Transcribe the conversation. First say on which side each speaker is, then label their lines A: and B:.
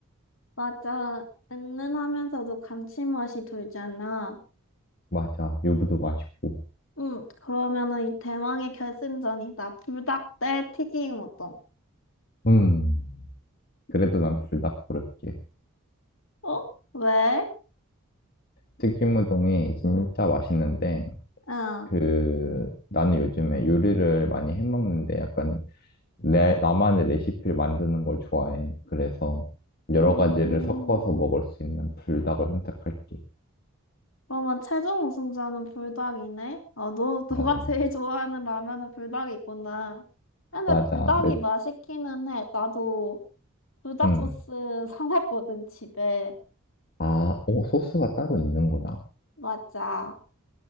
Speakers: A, on the left; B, on the left.
A: 맞아. 은은하면서도 감칠맛이 돌잖아.
B: 맞아. 유부도 맛있고.
A: 응. 그러면은 이 대망의 결승전이다. 불닭 대 튀김 우동.
B: 음, 그래도 난 불닭 고를게.
A: 어? 왜?
B: 튀김우동이 진짜 맛있는데
A: 응.
B: 그 나는 요즘에 요리를 많이 해먹는데 약간 내 나만의 레시피를 만드는 걸 좋아해. 그래서 여러
A: 음.
B: 가지를 섞어서 먹을 수 있는 불닭을 선택할게.
A: 그러면 최종 우승자는 불닭이네. 어, 너 너가
B: 맞아.
A: 제일 좋아하는 라면은 불닭이구나. 근데
B: 맞아.
A: 불닭이
B: 내,
A: 맛있기는 해. 나도 불닭
B: 음.
A: 소스 사놨거든, 집에.
B: 아, 어, 소스가 따로 있는 거야?
A: 맞아.